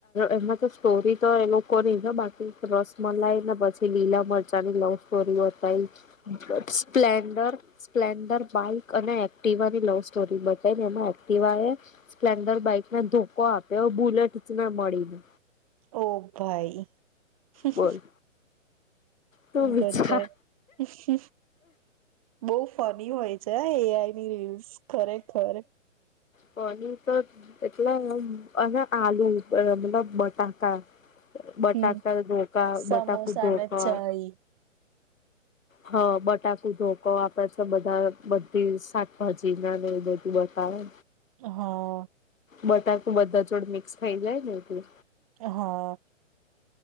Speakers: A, on the left; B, on the right.
A: એમાં તો સ્ટોરી તો એ લોકોની છે બાકી રસમલાઈ ને પછી લીલા મરચાંની લવ સ્પ્લેન્ડર સ્પ્લેન્ડર બાઈક અને એક્ટિવાની લવ સ્ટોરી બતાવીને એમાં એક્ટિવા એ સ્પ્લેન્ડર બાઈકને ધોકો આપ્યો. તેવો બુલેટ જ ના મળી.
B: ઓ ભાઈ <inaudible>
A: બોલ. તું વિચાર
B: ગજબ બો ફની હોય છે હા એ આઈ. ની રીલ્સ ખરેખર
A: પનીર તો એટલે અને આલુ મતલબ બટાકા
B: હમ
A: બટાકા ધોકા
B: સમોસા
A: બટાકુ ધોકા
B: ને ચાય
A: હા બટાકુ ધોકો આપે છે બધા બધી શાકભાજી ને ને એવુ બધું બતાવે.
B: હા
A: બટાકુ તું બધા જોડ મિક્સ થઈ જાય ને એટલે
B: એ હા